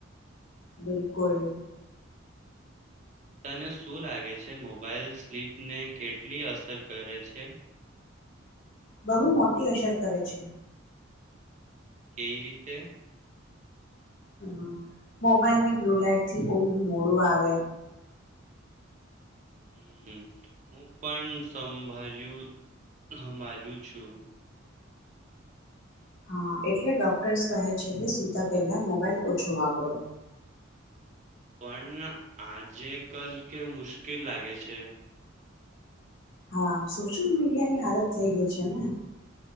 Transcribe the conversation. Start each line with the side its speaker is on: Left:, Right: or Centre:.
Left: બિલકુલ.
Right: તને શું લાગે છે મોબાઈલ સ્લીપ ને કેટલી અસર કરે છે.
Left: બહુ મોટી અસર કરે છે.
Right: કઈ રીતે?
Left: હ મોબાઈલની બ્લુ લાઈટ થી ઊંઘ મોડું આવે.
Right: હમ હું પણ સંભળ્યું સંભળું છું.
Left: હા એટલે ડોક્ટર્સ કહે છે કે સૂતા પહેલા મોબાાઈલ ઓછો વાપરો.
Right: પણ આજે કલ કે મુશ્કેલ લાગે છે.
Left: હા સોશિયલ મીડિયા ની આદત થઈ ગઈ છે ને.